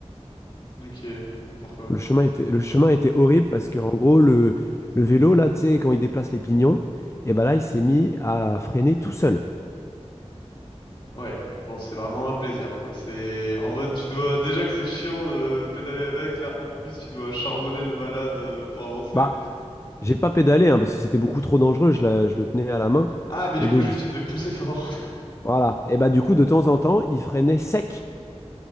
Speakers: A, on the left (about 45°); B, on the left (about 25°).
A: Ok. Mais pourquoi?
B: Le chemin était, le chemin était horrible parce que, en gros, le, le vélo, là, tu sais, quand il déplace les pignons, et ben là, il s'est mis à freiner tout seul.
A: Ouais, bon, c'est vraiment un plaisir, quoi. C'est en mode, tu dois, déjà que c'est chiant de pédaler avec, là, en plus, tu dois charbonner de malade euh, pour avancer.
B: Bah, j'ai pas pédalé, hein, parce que c'était beaucoup trop dangereux, je, la- je le tenais à la main.
A: Ah, mais
B: Et
A: du
B: donc,
A: coup, juste,
B: j-
A: tu devais pousser fort. <laughs>
B: voilà. Et bah, du coup, de temps en temps, il freinait sec,